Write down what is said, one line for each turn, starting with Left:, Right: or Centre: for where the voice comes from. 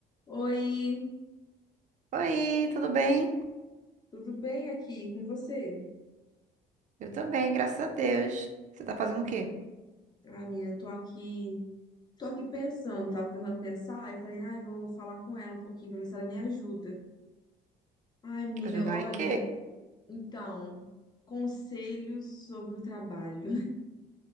Left: Oi,
Right: Oi, tudo bem?
Left: tudo bem aqui com você?
Right: Eu também, graças a Deus. Você tá fazendo o quê?
Left: Ai, menina, tô aqui, tô aqui pensando, tava tentando pensar, eu falei, ai, vou falar com ela um pouquinho pra ver se ela me ajuda. Ai, menina,
Right: Ajudar
Left: olha,
Right: em quê?
Left: então, conselhos sobre o trabalho.